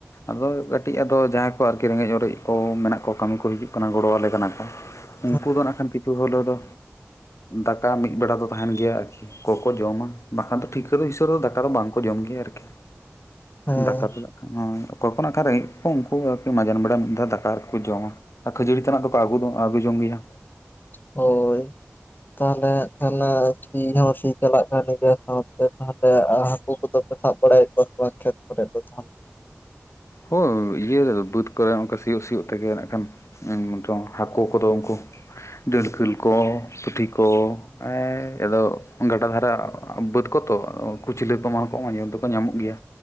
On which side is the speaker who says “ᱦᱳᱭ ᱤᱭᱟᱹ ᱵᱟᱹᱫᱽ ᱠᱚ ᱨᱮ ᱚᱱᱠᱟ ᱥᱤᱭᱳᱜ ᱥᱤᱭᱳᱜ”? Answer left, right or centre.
Left